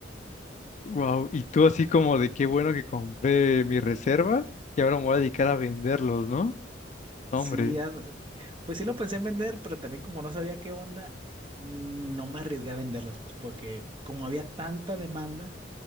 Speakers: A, on the left; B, on the right.
A: Wow. Y tú así como de qué bueno que compré mi reserva y ahora me voy a dedicar a venderlos, ¿no? No,
B: Sí,
A: hombre.
B: an- pues sí lo pensé en vender, pero también como no sabía qué onda, no me arriesgué a venderlas, pues porque como había tanta demanda,